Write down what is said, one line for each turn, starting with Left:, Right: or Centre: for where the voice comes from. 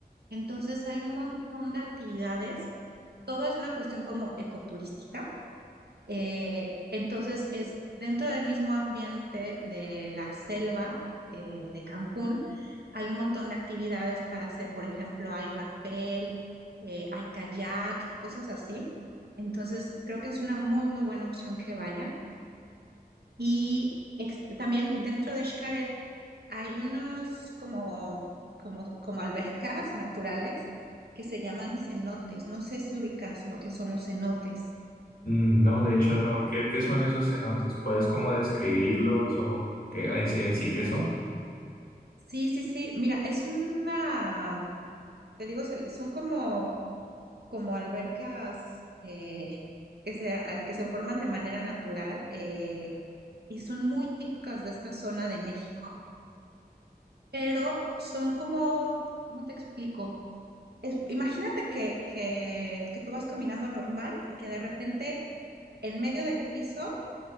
Right: entonces hay un montón de actividades, todo es una cuestión como ecoturística, eh, entonces es dentro del mismo ambiente de la selva eh, de Cancún, hay un montón de actividades para hacer, por ejemplo, hay rappel, eh, hay kayak, cosas así, entonces creo que es una muy, muy buena opción que vayan y ex- también dentro de Xcaret, hay unos como, como, como albercas naturales que se llaman cenotes. No sé si ubicas lo que son los cenotes.
Left: Mm, No, de hecho no. ¿Qué, qué son esos cenotes? ¿Puedes como describirlos o qué, en sí, en sí qué son?
Right: Sí, sí, sí. Mira, es una, te digo, se- son como, como albercas eh, que se, a- que se forman de manera natural eh, y son muy típicas de esta zona de México, pero son como, ¿cómo te explico? es- imagínate que, que, que tú vas caminando normal y que de repente en medio del piso,